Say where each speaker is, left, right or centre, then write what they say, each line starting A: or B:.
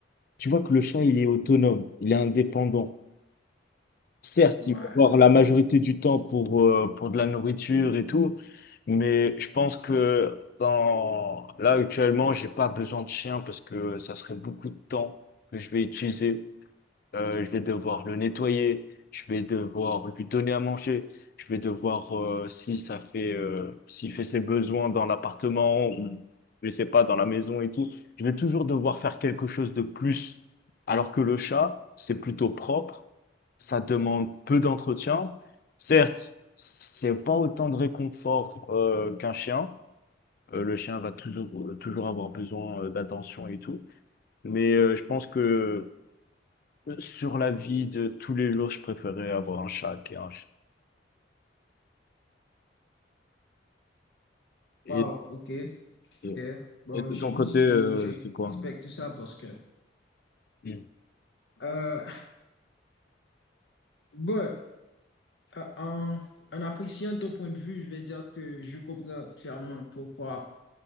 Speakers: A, on the left; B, on the left.
A: tu vois que le chat, il est autonome, il est indépendant. Certes,
B: Ouais.
A: il va avoir la majorité du temps pour, euh, pour de la nourriture et tout, mais je pense que dans... là actuellement, j'ai pas besoin de chien parce que ça serait beaucoup de temps que je vais utiliser euh, je vais devoir le nettoyer, je vais devoir lui donner à manger, je vais devoir, euh, si ça fait, euh, s'il fait ses besoins dans l'appartement ou je sais pas, dans la maison et tout, je vais toujours devoir faire quelque chose de plus. Alors que le chat, c'est plutôt propre, ça demande peu d'entretien. Certes, c'est pas autant de réconfort, euh, qu'un chien. Euh, le chien va toujours, euh, toujours avoir besoin, euh, d'attention et tout. Mais, euh, je pense que sur la vie de tous les jours, je préférais avoir un chat qu'un chien. Et,
B: Wow, ok,
A: et-
B: ok. Bon,
A: et de
B: je,
A: ton
B: je-
A: côté, euh,
B: et je
A: c'est quoi?
B: respecte tout ça parce que,
A: Mm.
B: euh, bon, euh, en, en appréciant ton point de vue, je vais dire que je comprends clairement pourquoi,